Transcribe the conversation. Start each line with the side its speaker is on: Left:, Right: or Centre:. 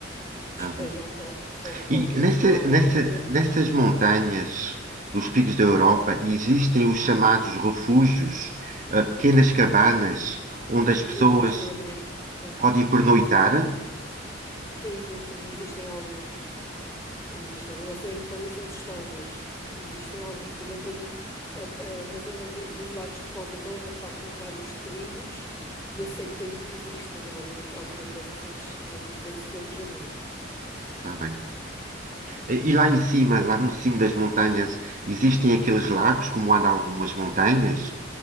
Left: despejam
Right: está bem.
Left: para o, para o copo
Right: E nessa,
Left: assim lá da
Right: nessa,
Left: altura.
Right: nessas montanhas dos picos da Europa existem os chamados refúgios, ah, pequenas cabanas onde as pessoas
Left: Existem, sim, sim,
Right: podem pernoitar?
Left: existem Sim, sim, sim, existem alguns Existem, eu não sei em que condições estão, mas existem alguns, pelo menos ali a- a- na zona do- dos lagos de Cova de Longa, partem vários trilhos e eu sei que aí existem alguns, algumas dessas, alguns desses alojamentos.
Right: Está bem. E lá em cima, lá no cimo das montanhas, existem aqueles lagos como há de algumas montanhas?